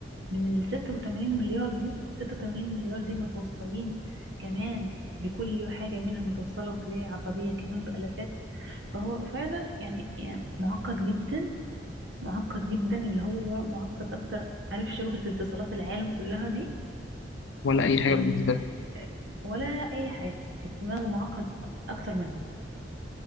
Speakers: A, on the right (about 70°); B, on the left (about 85°).
A: من ال 86 مليار دي 86 مليار دي متوصلين كمان بكل حاجة منها متوصلة بخلايا عصبية كمان بألافات فهو فعلا يعني, يعني معقد جدا معقد جدا اللي هو معقد أكتر عارف شبكة اتصالات العالم كلها دي
B: ولا أي حاجة
A: ال...
B: بالنسبة لك
A: ولا أي حاجة الدماغ معقد أكتر منها